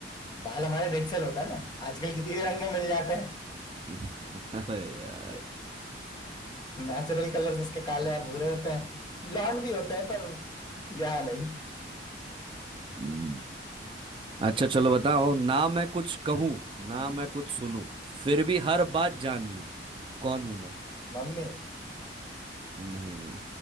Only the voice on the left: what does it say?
बाल हमारे डेड सेल होता है ना आजकल किसी भी रंग में मिल जाते
हैं नेचुरल कलर्स उसके काले और भूरे होते हैं ब्लॉन्ड भी होते हैं पर यहाँ नहीं
हाँ,
मम्मी